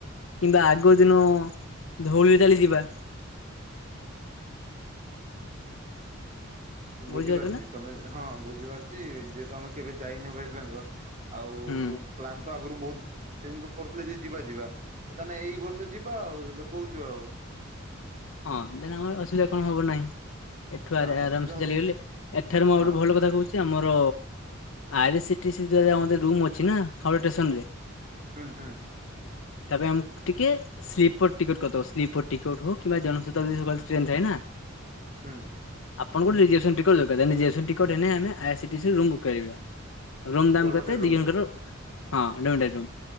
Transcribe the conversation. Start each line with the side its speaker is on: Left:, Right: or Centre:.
Left: କିମ୍ବା ଆଗ ଦିନ ଧଉଳିରେ ଚାଲିଯିବା।
Right: ବୁଝିପାରୁଚି
Left: ବୁଝିପାରୁଛ ନା
Right: ତମେ ହଁ ବୁଝିପାରୁଚି ଯେହେତୁ ଆମେ କେବେ ଯାଇନି ୱେଷ୍ଟବେଙ୍ଗଲ। ଆଉ
Left: ହୁଁ
Right: ପ୍ଲାାନ ତ ଆଗରୁ ବୋହୁତ ଦିନରୁୁ କରୁଥିଲେ ଯେ ଯିବା ଯିବା ହଁ ତାହେନେ ଏଇ ବର୍ଷ ଯିବା ଆଉ ହେଦୁ କହୁଚୁ ଆଉ।
Left: ହଁ ଦେନ୍ ଆମର ଅସୁବିଧା କଣ ହବ ନାଇ। ଏଠୁ ଆରା
Right: ନା
Left: ଆରାମ
Right: ଅସୁବିଧା
Left: ସେ
Right: ହବନି
Left: ଚାଲିଗଲେ ଏଠାରେ ମୁଁ ଆହୁରି
Right: ହଁ
Left: ଭଲ କଥା କହୁଚି ଚି ଆମର ଆରେସିଟିସ ଦ୍ଵାରା ମଧ୍ୟ ରୁମ ଅଛି ନା ହଡା ଷ୍ଟେସନ ରେ।
Right: ହୁଁ ହୁଁ।
Left: ତା ପାଇଁ ଆମକୁ ଟିକେ ସ୍ଲିପର ଟିକେଟ କରିଦବ ସ୍ଲିପର ଟିକେଟ ହଉ କିମ୍ବା ଜନ <unintelligible> ସକାଳେ ଟ୍ରେନ୍ ଥାଏ ନା।
Right: ହୁଁ।
Left: ଆପଣଙ୍କ ଠୁ ରିଯିଏସନ୍ ଟିକଟ ଦରକାର ଦେନ୍ ଜିଆସନ୍ ଟିକଟ ଏନେ ଆମେ ଆଏ ସିଟିସରେ ରୁମ ବୁକ୍ କରିବା। ରୁମ ଦାମ
Right: ଡରମାଟୋରି
Left: କେତେ
Right: ରୁମ୍
Left: ଦି ଜଣଙ୍କ ହଁ ଅଧ ଘଣ୍ଟେ ଆଇଟମ